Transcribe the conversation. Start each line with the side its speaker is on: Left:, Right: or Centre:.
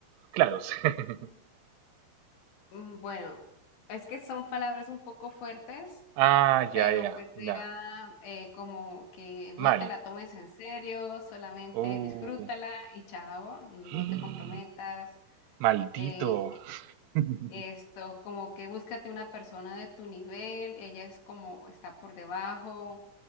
Right: claros. <laughs>
Left: Mm, Bueno, es que son palabras un poco fuertes,
Right: Ah,
Left: pero
Right: ya, ya,
Left: pues era
Right: ya.
Left: eh, como que no
Right: Mal.
Left: te la tomes en serio, solamente
Right: Uh.
Left: disfrútala y chao, no
Right: <gasps>
Left: te comprometas.
Right: Maldito.
Left: eh, y
Right: <laughs>
Left: esto, como que búscate una persona de tu nivel, ella es como está por debajo,